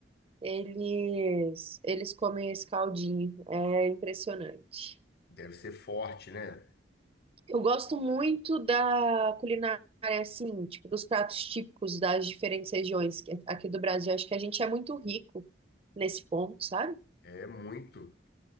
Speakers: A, on the right (about 30°); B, on the left (about 60°).
A: eles, eles comem esse caldinho. É impressionante.
B: deve ser forte, né?
A: Eu gosto muito da culinária, assim, tipo, dos pratos típicos das diferentes regiões que- aqui do Brasil. Acho que a gente é muito rico nesse ponto, sabe?
B: É muito.